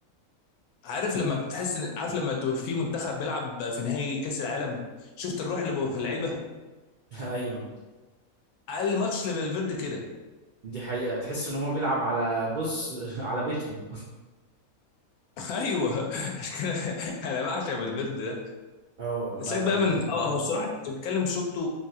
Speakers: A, on the left; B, on the right.
A: عارف لما بتحس ان عارف لما تبقى في منتخب بيلعب في نهائي كاس العالم شفت الروح اللي بقى في اللعيبه
B: <laughs> أيوه
A: اقل ماتش لفالفيردي كده
B: دي حقيقة تحس إن هو بيلعب على بص <laughs> على بيتهم
A: <laughs> ايوه عشان كده انا بعشق فالفيردي
B: اه
A: سيبك
B: لا لا
A: بقى
B: فالفيردي
A: من اه
B: حلو
A: هو الصراحه انت بتتكلم شطه